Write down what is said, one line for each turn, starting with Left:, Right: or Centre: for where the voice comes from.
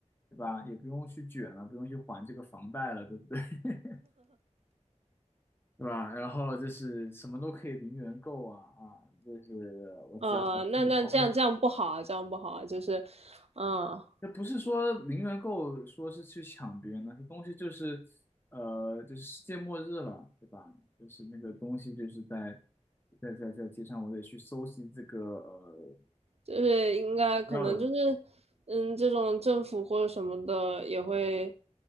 Left: 对吧？也不用去卷了，不用去还这个房贷了，对不对？<laughs> 对吧？然后就是什么都可以零元购啊啊，就是我只要把自己保护好。
Right: 嗯，那那这样这样不好啊，这样不好啊，就是嗯
Left: 那不是说零元购说是去抢别人的，这东西就是，呃，就是世界末日了，对吧？就是那个东西就是在在在在街上，我得去搜集这个呃
Right: 就是应该可能就是嗯这种政府或者什么的也会
Left: 要的。